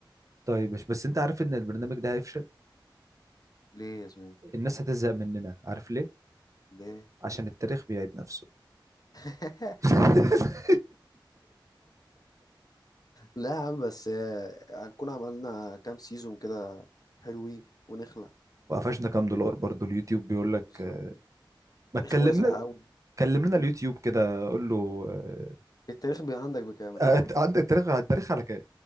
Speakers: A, on the right; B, on the left.
A: طيب مش بس انت عارف ان البرنامج ده هيفشل
B: ليه يا زميلي
A: الناس هتزهق مننا عارف ليه
B: ليه
A: عشان التاريخ بيعيد نفسه
B: <laughs>
A: <laughs>
B: لا يا عم بس آه، هنكون عملنا كام سيزون كده حلوين ونخلع
A: وقفشنا كام دولار برضو اليوتيوب بيقول لك
B: بالظبط
A: آه، ما
B: تاريخ
A: تكلم
B: واسع
A: لنا
B: أوي
A: كلم لنا اليوتيوب كده قول له آه،
B: التاريخ بي عندك بكام التاريخ
A: آه، عندك التاريخ التاريخ على كام